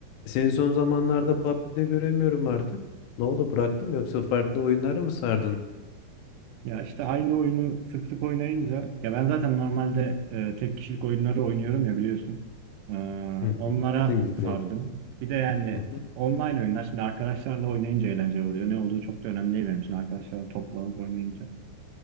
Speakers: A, on the left (about 85°); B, on the right (about 80°).
A: Seni son zamanlarda PUBG'de göremiyorum artık. Ne oldu bıraktın yoksa farklı oyunlara mı sardın?
B: Ya işte aynı oyunu sık sık oynayınca ya ben zaten normalde e, tek kişilik oyunları oynuyorum ya biliyorsun. Ee,
A: Hı
B: onlara
A: hı. Single player.
B: sardım. Bir de yani
A: Hı hı.
B: online oyunlar şimdi arkadaşlarla oynayınca eğlenceli oluyor. Ne olduğu çok da önemli değil benim için arkadaşlarla toplanıp oynayınca.